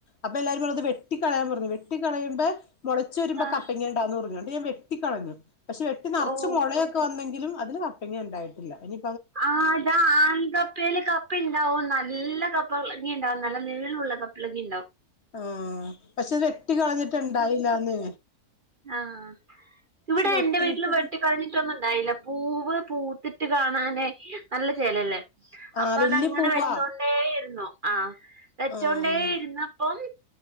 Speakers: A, on the left; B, on the right.
A: അപ്പൊല്ലാരുംപറത് വെ ട്ടിക്കളയാൻ പറഞ്ഞു വെട്ടിക്കളയുബേ മുളച്ചു വരുമ്പോ
B: ആഹ്
A: കപ്പങ്ങ ഉണ്ടാവുന്ന് പറഞ്ഞു ന്നിട്ട് ഞാ വെട്ടിക്കളഞ്ഞു പക്ഷെ വെട്ടി നർച്ച്
B: ഓഹ്
A: മുളയൊക്കെ വന്നെങ്കിലും അതില് കപ്പങ്ങ ഉണ്ടായിട്ടില്ല ഇനി
B: ആതാ ആംഗപ്പെല് കപ് പ്പണ്ടാവും നല്ല കപ്ലങ്ങേണ്ടാവും നല്ല നീളള്ള കപ്ലങേമ്ണ്ടാവും
A: ആ പക്ഷെ വെട്ടികളഞ്ഞിട്ട്ണ്ടായില്ലന്ന്
B: ആഹ ഇവിടെ
A: വെട്ടിയിട്ടും
B: എന്റെ വെട്ടിലും വെട്ടിക്കളഞ്ഞി ക്കൊന്നുംണ്ടായില്ല പൂവ് പൂത്തിട്ട് കാണാനേ നല്ല ചേലല്ലേ
A: ആഹ്
B: അപ്പതങ്ങനെ
A: വല്യ പൂവാ
B: വെച്ചോണ്ടേയിരുന്നു ആഹ് വെച്ചോണ്ടേയിരുന്ന
A: ആഹ്
B: ഓം